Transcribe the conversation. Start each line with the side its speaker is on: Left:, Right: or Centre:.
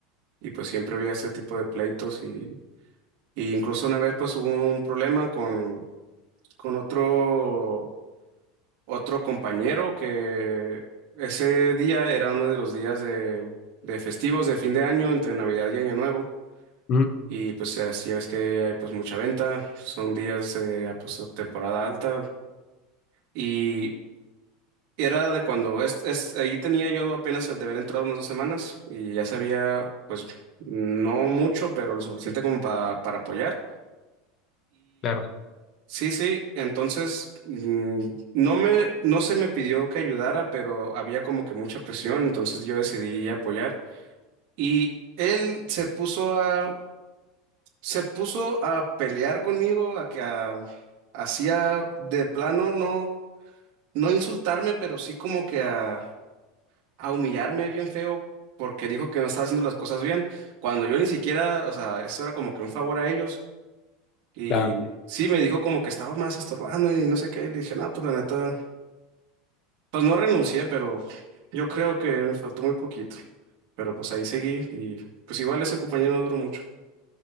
Right: y pues siempre había ese tipo de pleitos. Y, y incluso una vez pues hubo un problema con, con otro. otro compañero que ese día era uno de los días de, de festivos de fin de año, entre Navidad y Año Nuevo.
Left: mm,
Right: Y pues así ya ves que hay pues mucha venta, son días de ah, pues, temporada alta. Y era de cuando, es, es- ahí tenía yo apenas de haber entrado unas dos semanas y ya sabía pues no mucho, pero lo suficiente como pa- para apoyar.
Left: claro.
Right: Sí, sí, entonces mm, no me, no se me pidió que ayudara, pero había como que mucha presión, entonces yo decidí apoyar. Y él se puso a, se puso a pelear conmigo, a que a- hacía de plano no, no insultarme, pero sí como que a, a humillarme bien feo, porque dijo que no estaba haciendo las cosas bien, cuando yo ni siquiera, o sea, esto era como que un favor a ellos. Y
Left: Claro,
Right: sí, me dijo como que estaba más estorbando y no sé qué. Y le dije, no, pues la neta. Pues no renuncié, pero yo creo que me faltó muy poquito. Pero pues ahí seguí y pues igual ese compañero no duró mucho.